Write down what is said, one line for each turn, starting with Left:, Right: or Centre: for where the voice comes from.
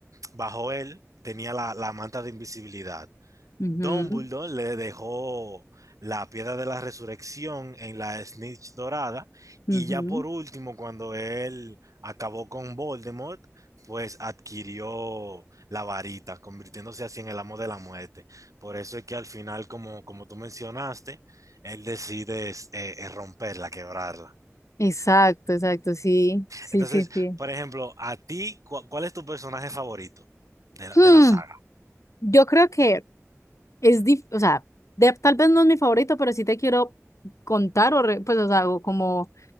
Right: bajo él, tenía la la manta de invisibilidad.
Left: ujú,
Right: Dumbledore le dejó la piedra de la resurrección en la Snitch dorada
Left: ujú,
Right: y ya por último, cuando él acabó con Voldemort, pues adquirió la varita, convirtiéndose así en el amo de la muerte. Por eso es que al final, como, como tú mencionaste, él decide es, eh, eh, romperla, quebrarla.
Left: Exacto, exacto, sí, sí,
Right: Entonces,
Left: sí, sí.
Right: por ejemplo, a ti, cu- ¿cuál es tu personaje favorito de, la-
Left: Hmm,
Right: de la saga?
Left: yo creo que es, dif- o sea, de- tal vez no es mi favorito, pero sí te quiero contar o, re- pues, o sea, o como